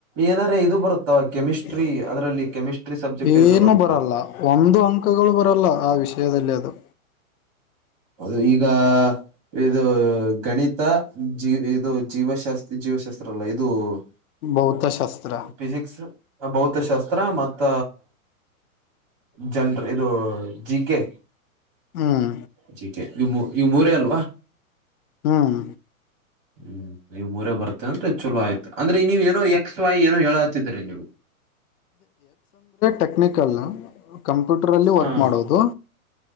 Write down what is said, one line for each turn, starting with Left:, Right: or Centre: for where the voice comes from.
Right: ಏನಾರ ಇದು ಬರುತ್ತಾ ಕೆಮಿಸ್ಟ್ರಿ
Left: <unintelligible>
Right: ಅದರಲ್ಲಿ ಕೆಮಿಸ್ಟ್ರಿ ಸಬ್ಜೆಕ್ಟ್
Left: ಏನು
Right: ಏನಾರ ಬರುತ್ತಾ
Left: ಬರಲ್ಲ ಒಂದು ಅಂಕಗಳು ಬರಲ್ಲ ಆ ವಿಷಯದಲ್ಲಿ ಅದು
Right: ಅದು ಈಗ ಇದು ಗಣಿತ ಜೀ ಇದು ಜೀವಶಾಸ್ತ್ ಜೀವಶಾಸ್ತ್ರ ಅಲ್ಲ ಇದು
Left: ಭೌತಶಾಸ್ತ್ರ
Right: ಹ ಫಿಸಿಕ್ಸ್ ಭೌತಶಾಸ್ತ್ರ ಮತ್ತ ಜನ್ರ ಇದು ಜಿ ಕೆ
Left: ಹ್ಮ್
Right: ಜಿ ಕೆ ಇದ್ ಈ ಮೂರ ಅಲ್ವಾ.
Left: ಹ್ಮ್.
Right: ಹ್ಮ್ ನೀವು ಮೂರ ಬರ್ತತೆ ಅಂದ್ರೆ ಚಲೋ ಆಯ್ತು. ಅಂದ್ರೆ ನೀವ ಏನೋ ಎಕ್ಸ್ ವೈ ಏನೋ ಹೇಳ ಹತಿದೀರರಿ ನೀವು
Left: ಟೆಕ್ನಿಕಲ್ನ. ಕಂಪ್ಯೂಟರ್ ಅಲ್ಲಿ ವರ್ಕ್
Right: ಹ
Left: ಮಾಡೋದು